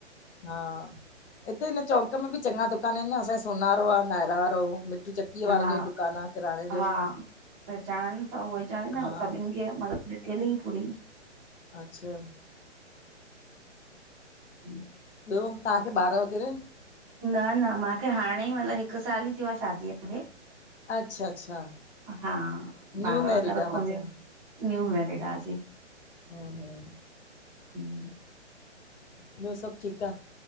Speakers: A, on the left (about 65°); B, on the right (about 15°).
A: हा हिते हिन चौंक में बि चङा दुकान आहिनि न असांजो सोनारो आहे नायर वारो। चकीअ
B: हा
A: वारनि जो दुकानु आहे किराणे जो
B: हा त पेहचान चवनि सभ उहो ई चवंदी न
A: हा
B: सभिनि मतलब टेली पूरी
A: अच्छा।
B: <inaudible>
A: ॿियो तव्हांखे ॿार वग़ैरह?
B: न न माखे हाणे ई मतलब हिकु साल ई थियो आहे शादीअ करे।
A: अच्छा अच्छा
B: हा
A: न्यू
B: ॿार
A: मैरिड
B: वग़ैरह
A: आ मतलब
B: कोन्हे न्यू मैरेड आ।
A: हूं
B: सभु
A: ॿियो सभु ठीकु आ।?